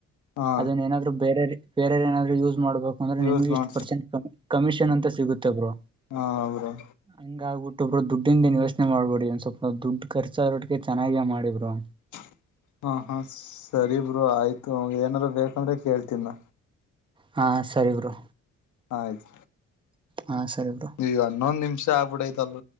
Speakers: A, on the left; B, on the right.
A: ಹಾ
B: ಅದನ್ನ ಏನಾದ್ರು ಬೇರೆ ಬೇರೆರ್ ಏನಾದ್ರು ಯೂಸ್ ಮಾಡ್ಬೇಕು. ಅಂದ್ರೆ
A: ಯೂಸ್
B: ನಿಮಗೆ
A: ಮಾಡ್ಸ
B: ಇಷ್ಟು ಪರ್ಸೆಂಟ್ ಕ ಕಮಿಷನ್ ಅಂತ ಸಿಗುತ್ತೆ ಬ್ರೋ
A: ಹಾ ಬ್ರೋ
B: ಹಂಗ ಆಗ್ಬಿಟ್ಟೊಬ್ರು ದುಡ್ಡಿದ್ದೇನ ಯೋಚನೆ ಮಾಡ್ಬೇಡಿ ಒಂದ್ ಸ್ವಲ್ಪ ದುಡ್ಖರ್ಚರೋಟಕೆ ಚನ್ನಾಗೇ ಮಾಡಿಬ್ರೋ
A: <inaudible> ಹ ಹಾ ಸರಿಬ್ರೋ ಆಯ್ತು ಏನಾರ್ ಬೇಕಂದ್ರೆ ಕೇಳ್ತನ್
B: ಹಾ ಸರಿ ಬ್ರೋ
A: ಆಯ್ತ
B: ಹಾ ಸರಿ ಬ್ರೋ
A: ಈಗ ಹನ್ನೊಂದ್ ನಿಮಿಷ ಆಗ್ಬಿಡ್ಐತಲ್